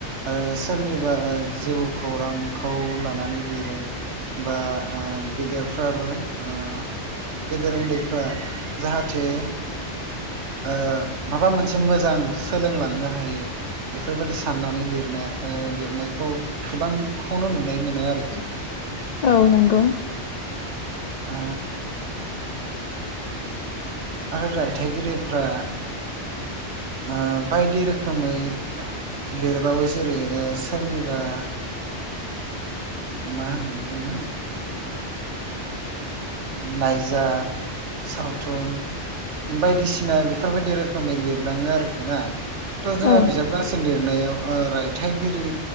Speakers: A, on the right (about 75°); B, on the left (about 60°).
A: आरो सोरनिबा जिउ खौरांखौ लानानै लिरो। एबा गेदेरफ्राबो ओ गेदेर उन्दैफ्रा जाहाथे ओ माबा मोनसे मोजां सोलोंलांनो हायो बेफोरबायदि साननानै लिरनो लिरनायखौ गोबांखौनो नुनाय मोनो आरोखि।
B: औ नोंगौ
A: ओ आरो रायथाइगिरिफ्रा ओ बायदि रोखोमै लिरबावो जेरै सोरनिबा मा होननानै बुङो नायजाब सावथुन बायदिसिना बेफोरबायदि रोखोमै लिरलाङो आरोखि ना थ'
B: औ
A: जोंहा बिजाब गांसे लिरनायाव रायथाइगिरि